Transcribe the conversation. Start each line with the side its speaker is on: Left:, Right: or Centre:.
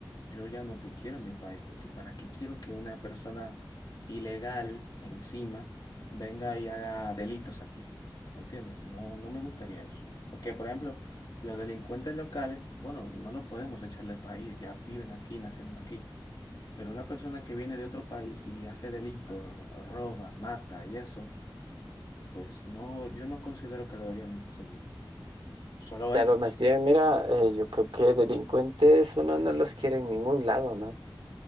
Left: yo ya no te quiero en mi país, porque ¿para qué quiero que una persona ilegal encima venga y haga delitos aquí? ¿Me entiendes? No, no me gustaría eso. Porque, por ejemplo, los delincuentes locales, bueno, no lo podemos echar del país, ya viven aquí, nacieron aquí. Pero una persona que viene de otro país y hace delito, roba, mata y eso, pues no, yo no considero que deberían seguir. Solo
Right: Claro,
Left: esos.
Right: más bien, mira, eh, yo creo que delincuentes uno no los quiere en ningún lado, ¿no?